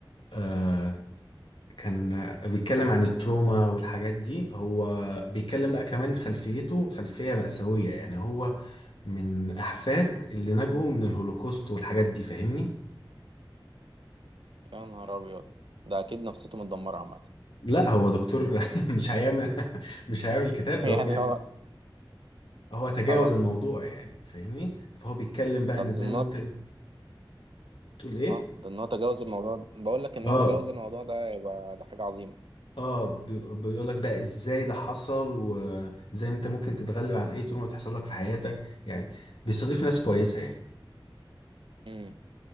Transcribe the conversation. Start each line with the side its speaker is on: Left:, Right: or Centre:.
Left: آه، كان بيتكلم عن التروما والحاجات دي هو بيتكلم بقى كمان خلفيته خلفية مأساوية يعني هو من أحفاد اللي نجوا من الهولوكوست والحاجات دي فاهمني؟
Right: يا نهار ابيض ده اكيد نفسيته متدمره عامه
Left: لا هو دكتور <laughs> مش هيعمل مش هيعمل الكتاب
Right: <laughs>
Left: ده
Right: يعني
Left: هو بيعمل
Right: هو
Left: هو تجاوز
Right: اه
Left: الموضوع يعني فاهمني؟ فهو بيتكلم بقى
Right: طب
Left: إن إزاي
Right: ده النوت
Left: ما أنت أنت تقول إيه؟
Right: اه ده ان هو تجاوز الموضوع ده. بقول لك ان
Left: آه
Right: هو تجاوز الموضوع ده يبقى ده حاجه عظيمه
Left: اه بي- بيقول لك بقى ازاي ده حصل وازاي انت ممكن تتغلب عن اي تروما تحصل لك في حياتك يعني بيستضيف ناس كويسة يعني
Right: امم